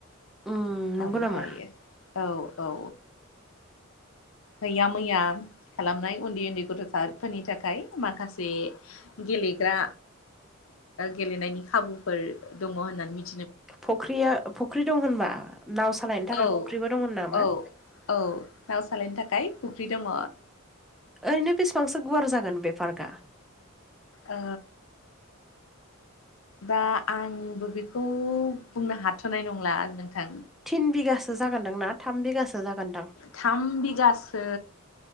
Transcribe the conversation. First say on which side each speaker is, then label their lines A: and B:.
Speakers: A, in the centre; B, on the left (about 70°).
A: उम नंगौ
B: ओमफ्राय
A: नामा
B: औ औ हैया मैया खालामनाय उन्दै उन्दै गथ'साफोरनि थाखाय। माखासे गेलेग्रा गेलेनायनि खाबुफोर दङ होननानै मिथि
A: फख्रिया फख्रि दं होनबा नाव सालायनो थाखाय
B: औ
A: फुख्रिबो दंमोन नामा?
B: औ औ नाव सालायनो थाखाय फुख्रि दङ।
A: ओरैनो बेसेबांसो गुवार जागोन बेफारकआ?
B: ओ दा आंबो बेखौ बुंनो हाथ'नाय नंला नोंथां।
A: थिन बिगासो जागोनदां ना थाम बिगासो जागोनदां
B: थाम बिगासो